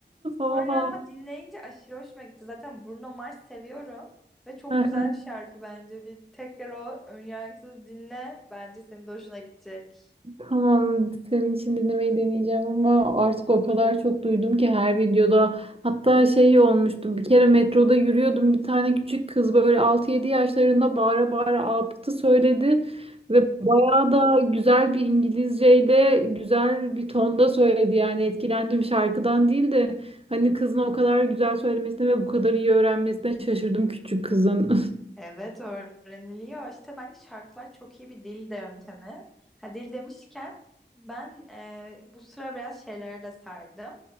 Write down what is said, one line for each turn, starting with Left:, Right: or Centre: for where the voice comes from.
Centre: Sonra
Right: Oha.
Centre: ama dinleyince aşırı hoşuma gitti. Zaten Bruno Mars seviyorum ve çok
Right: <laughs>
Centre: güzel bir şarkı bence. Bir tekrar o önyargısız dinle. Bence senin de hoşuna gidecek.
Right: Tamam, senin için dinlemeyi deneyeceğim ama artık o kadar çok duydum ki her videoda. Hatta şey olmuştu, bir kere metroda yürüyordum. Bir tane küçük kız böyle altı yedi yaşlarında bağıra bağıra Apıt'ı söyledi. Ve bayağı da güzel bir İngilizceyle, güzel bir tonda söyledi. Yani etkilendim şarkıdan değil de hani kızın o kadar güzel söylemesine ve bu kadar iyi öğrenmesine şaşırdım küçük kızın. <laughs>
Centre: Evet öğreniliyor. İşte bence şarkılar çok iyi bir dil de yöntemi. Ha, dil demişken ben e, bu sıra biraz şeylere de sardım.